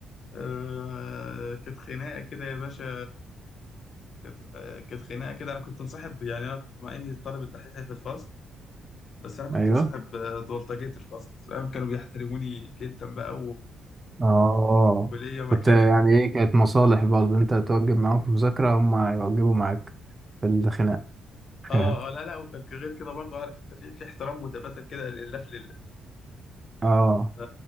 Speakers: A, on the left; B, on the right.
A: أه كانت خناقة كده يا باشا كانت آه، كانت خناقة كده أنا كنت مصاحب يعني أنا كنت مع إني الطالب الدحيح في الفصل بس أنا كنت
B: ايوه
A: مصاحب آه، بلطجية الفصل فاهم كانوا بيحترموني جدا بقى
B: اه
A: وليا مكانه
B: كنت يعني
A: كده
B: ايه كانت مصالح برضه انت توجب معاهم في مذاكرة هم يوجبوا معاك في الخناق <laughs>
A: اه اه لا لا وكانت غير كده برضو عارف انت في في احترام متبادل كده لله في لله
B: اه
A: ف-